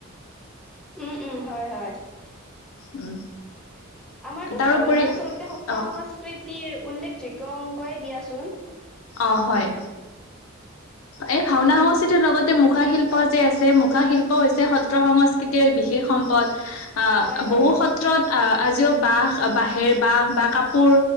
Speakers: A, in the centre; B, on the left (about 85°).
A: উম উম হয় হয়
B: উম
A: আমাৰতো
B: তাৰোপৰি
A: ভাওনা আচলতে সত্ৰ
B: অ
A: সংস্কৃতিৰ উল্লেখযোগ্য অংগয়ে দিয়াচোন
B: অ হয় এই ভাওনা সংস্কৃতিৰ লগতে মুখা শিল্প যে আছে মুখা শিল্পও সত্ৰ সংস্কৃতিৰ এক বিশেষ সম্পদ আ
A: হয়, হয়।
B: বহুত সত্ৰত আ আজিও বাঁহ বাঁহেৰ বাঁহ বা কাপোৰ